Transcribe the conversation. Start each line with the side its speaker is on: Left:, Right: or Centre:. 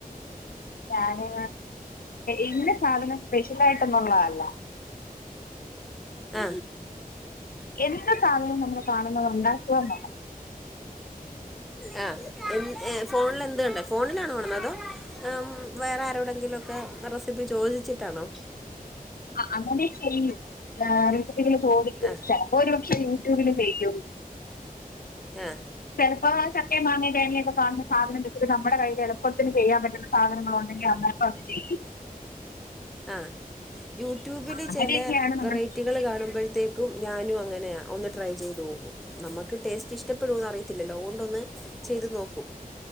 Left: ഞാന് എങ്ങനെ സാധനം സ്പെഷ്യൽ ആയിട്ടൊന്നുള്ളതല്ല.
Centre: ആ.
Left: എന്ത് സാധനവും നമ്മൾ കാണുന്നത് ഉണ്ടാക്കേം വേണം.
Centre: ആ എ‌ ഫോണിൽ എന്ത് കണ്ട ഫോണിലാണോ ഉള്ളത്. മ് വേറെ ആരോടെങ്കിലുമൊക്കെ റെസിപ്പി ചോദിച്ചിട്ടാണോ?
Left: അ അങ്ങനെ ചെയ്യും ഏ റെസിപ്പികൾ ചോദിക്കും
Centre: ആ
Left: ചിലപ്പോൾ ഒരു പക്ഷെ യൂട്യൂബില് ചെയ്യും.
Centre: ആഹ്
Left: ചെലപ്പോ സത്യം മാങ്ങാ തേങ്ങ കാണുന്ന സാധനം വെ ഇത് നമ്മുടെ കയ്യിൽ എളുപ്പത്തിന് ചെയ്യാൻ പറ്റുന്ന സാധനങ്ങൾ ഉണ്ടെങ്കിൽ അന്നപ്പം അത് ചെയ്യും
Centre: ആ യൂട്യൂബിൽ
Left: അങ്ങനെയൊക്കെയാണ്
Centre: ചെലെ
Left: നമ്മൾ
Centre: വെറൈ കുട്ടികൾ കാണുമ്പോഴത്തേക്കും ഞാനും അങ്ങനെയാ ഒന്ന് ട്രൈ ചെയ്ത് നോക്കും നമുക്ക് ടേസ്റ്റ് ഇഷ്ടപ്പെടുവോന്നുറി ത്തില്ലല്ലോ ഓണ്ടൊന്ന് ചെയ്ത് നോക്കു.